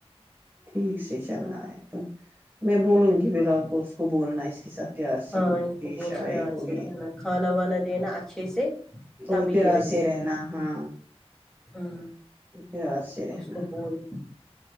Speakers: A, on the right; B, in the centre.
A: ٹھیک سے چلنا ہے تو میں بولوں گی بلال
B: ہوں
A: کو اس کو بولنا ہے اس کے ساتھ پیار سے
B: ہاں اس
A: پیش
B: کو بول
A: آئے
B: پیار
A: ہو
B: سے
A: یہ
B: رہنا کھانا وانا دینا اچھے سے
A: اور
B: تب یہ
A: پیور
B: رہے
A: سے رہنا
B: گی
A: ہاں
B: ہوں
A: توار سے رہنا
B: اس کو بول